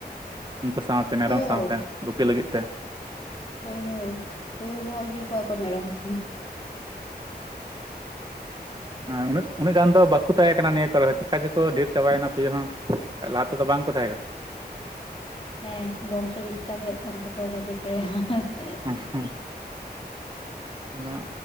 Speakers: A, on the right; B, on the left.
A: ᱩᱱᱠᱩ ᱥᱟᱶᱛᱮ ᱢᱮᱨᱚᱢ
B: ᱳ
A: ᱥᱟᱶᱛᱮ ᱜᱩᱯᱤ ᱞᱟᱹᱜᱤᱫ ᱛᱮ ᱾
B: ᱦᱳᱭ ᱦᱳᱭ ᱛᱩᱭᱩ ᱦᱚᱸ ᱟᱜᱤᱨ ᱠᱚᱣᱟ ᱠᱚ ᱢᱮᱨᱚᱢ ᱾
A: ᱦᱮᱸ ᱩ ᱩᱱᱟᱹᱜ ᱜᱟᱱ ᱫᱚ ᱵᱟᱠᱚ ᱛᱟᱦᱮᱸ ᱱᱤᱭᱟᱹ ᱠᱚᱨᱮ ᱦᱚᱸ ᱪᱤᱠᱟ ᱪᱮᱠᱚ ᱰᱷᱮᱨ ᱪᱟᱵᱟᱭᱱᱟ ᱛᱩᱭᱩ ᱦᱚᱸ ᱾ ᱞᱟᱦᱟ ᱛᱮᱫᱚ ᱵᱟᱝᱠᱚ ᱛᱟᱦᱮᱸ ᱠᱟᱱᱟ ᱾
B: ᱦᱮᱸ ᱵᱚᱝᱥᱚ ᱵᱤᱥᱛᱟᱨ ᱦᱩᱭᱩᱜ ᱠᱟᱱ ᱛᱟᱠᱚᱣᱟ ᱵᱷᱟᱜᱤ ᱪᱮᱨᱦᱟ ᱾
A: <unintelligible> ᱚᱱᱟ